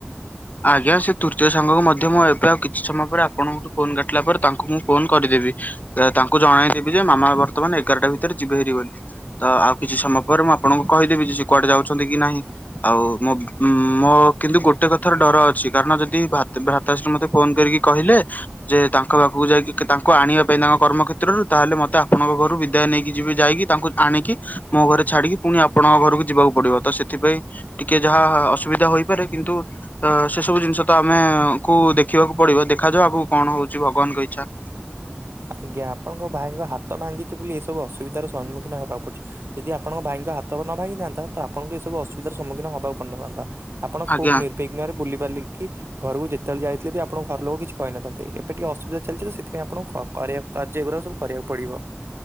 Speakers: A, on the left; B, on the right.
A: ଆଜ୍ଞା ସେ ତୃତୀୟ ସାଙ୍ଗକୁ ମଧ୍ୟ ମୁଁ ଏବେ ଆଉ କିଛି ସମୟ ପରେ ଆପଣଙ୍କଠୁ ଫୋନ କାଟିଲା ପରେ ତାଙ୍କୁ ମୁଁ ଫୋନ କରିଦେବି। ତାଙ୍କୁ ଜଣେଇଦେବି ଯେ ମାମା ବର୍ତମାନ ଏଗାରଟା ଭିତରେ ଯିବେ ହେରି ବୋଲି। ତ ଆଉ କିଛି ସମୟ ପରେ ମୁଁ ଆପଣଙ୍କୁ କହିଦେବି ଯେ କୁଆଡେ ଯାଉଛନ୍ତି କି ନାହିଁ। ଆଉ ମୋ ଉ ମୋ କିନ୍ତୁ ଗୋଟେ କଥା ଥର ଡର ଅଛି କାରଣ ଯଦି ଭ୍ରାତାଶ୍ରୀ ମତେ ଫୋନ କରିକି କହିଲେ। ଯେ ତାଙ୍କ ପାଖକୁ ଯାଇକି ତାଙ୍କୁ ଆଣିବା ପାଇଁ ତାଙ୍କ କର୍ମକ୍ଷେତ୍ରରୁ ତାହେଲେ ମତେ ଆପଣଙ୍କ ଘରୁ ବିଦାୟ ନେଇକି ଯିବେ ଯାଇକି ତାଙ୍କୁ ଆଣିକି ମୋ ଘରେ ଛାଡିକି ପୁଣି ଆପଣଙ୍କ ଘରକୁ ଯିବାକୁ ପଡିବ ତ ସେଥିପାଇଁ ଟିକେ ଯାହା ଅସୁବିଧା ହୋଇପାରେ କିନ୍ତୁ ତ ସେ ସବୁ ଜିନିଷ ତ ଆମେ କୁ ଦେଖିବାକୁ ପଡିବ ଦେଖାଯାଉ ଆଗକୁ କଣ ହଉଛି ଭଗବାନଙ୍କ ଇଚ୍ଛା?
B: ଆଜ୍ଞା ଆପଣଙ୍କ ଭାଇଙ୍କ ହାତ ଭାଙ୍ଗିଛି ବୋଲି ଏସବୁ ଅସୁବିଧାର ସମ୍ମୁଖୀନ ହେବାକୁ ପଡୁଛି। ଯଦି ଆପଣଙ୍କ ଭାଇଙ୍କ ହାତ ନ ଭାଙ୍ଗିଥାନ୍ତା ତ ଆପଣଙ୍କୁ ଏସବୁ ଅସୁବିଧାର ସମ୍ମୁଖୀନ ହବାକୁ ପଡିନଥାନ୍ତା। ଆପଣ
A: ଆଜ୍ଞା
B: ଖୁବ ନିର୍ବିଘ୍ନ ରେ ବୁଲି ପାରିଲେ କି? ଘରକୁ ଯେତେବେଳେ ଯାଇଥିଲେ ବି ଆପଣଙ୍କ ଘର ଲୋକ କିଛି କହିଥାନ୍ତ ଏବେ ଟିକେ ଅସୁବିଧା ଚାଲିଛି ତ ସେଥିପାଇଁ ଆପଣଙ୍କୁ କରିବା କାର୍ଯ୍ୟଗୁଡା ସବୁ କରିବାକୁ ପଡିବ।